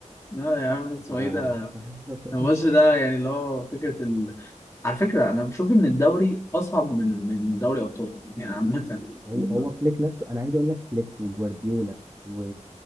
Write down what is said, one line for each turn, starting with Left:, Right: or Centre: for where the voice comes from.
Left: لا يا عم اسمه
Right: ف
Left: ايه ده
Right: <laughs>
Left: الماتش ده يعني اللي هو فكرة على فكرة أنا بشوف إن الدوري أصعب من من دوري أبطال يعني عامة
Right: هو
Left: ب-
Right: هو فليك نفسه انا عايز اقول لك فليك وجوارديولا و...